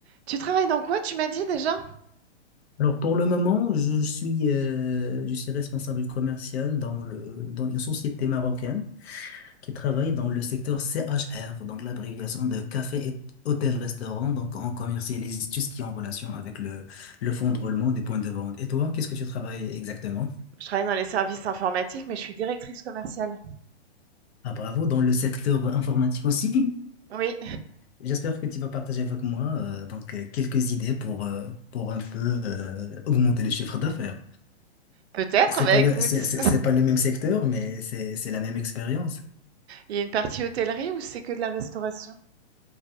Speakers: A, on the right; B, on the left.
A: Tu travailles dans quoi, tu m'as dit déjà?
B: Alors pour le moment, je suis, euh, je suis responsable commercial dans le, dans une société marocaine qui travaille dans le secteur CHR, donc l'abréviation de café et hôtel-restaurant. Donc on commercialise tout ce qui est en relation avec le, le fonds de roulement des points de vente. Et toi, qu'est-ce que tu travailles exactement?
A: Je travaille dans les services informatiques, mais je suis directrice commerciale.
B: Ah bravo, dans le secteur informatique aussi.
A: Oui,
B: J'espère que tu vas partager avec moi euh, donc euh, quelques idées pour, euh, pour un peu euh, augmenter le chiffre d'affaires.
A: peut-être,
B: C'est
A: bah
B: pas
A: écoute,
B: le, c'est c'est- c'est pas le même secteur, mais c'est c'est la même expérience.
A: il y a une partie hôtellerie ou c'est que de la restauration?